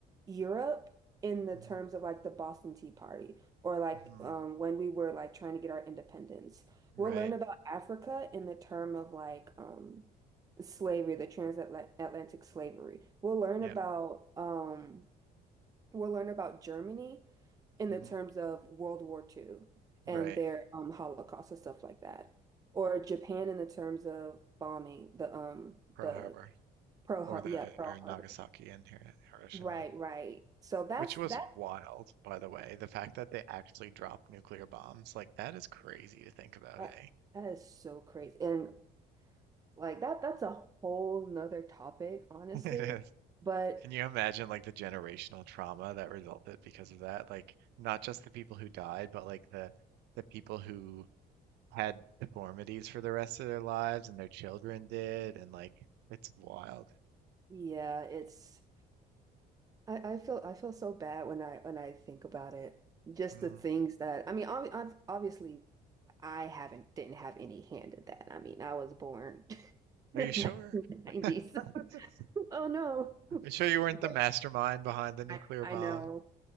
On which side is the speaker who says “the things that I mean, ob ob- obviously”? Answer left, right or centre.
Right